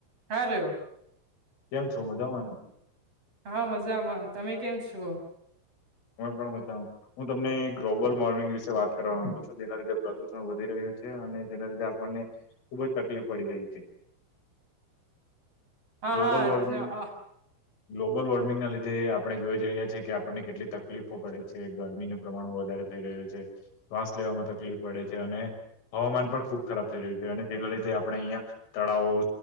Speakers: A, on the right; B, on the left.
A: Hello.
B: કેમ છો મજામાંને?
A: હા મજામાં, તમે કેમ છો?
B: અમેં પણ મજામાં. હું તમને ગ્લોબલ વોર્મિંગ વિશે વાત કરવા માંગુ છું, જેના લીધે પ્રદુષણ વધી રહ્યું છે અને જેના લીધે આપણને ખુબ જ તકલીફ પડી રહી છે.
A: હા,
B: ગ્લોબલ
A: હા
B: વોર્મિંગ
A: <unintelligible>
B: ગ્લોબલ વોર્મિંગના લીધે આપણે જોઈ જ રહ્યાં છીએ કે આપણને કેટલી તક લીફો પડે છે, ગરમીના પ્રમાણ વધારે થઈ રહ્યું છે, શ્વાસ લેવામાં તકલીફ પડે છે, અને હવામાન પણ ખુબ ખરાબ થઈ રહ્યું છે, અને જેના લીધે આપણે અહિયા તળાવો,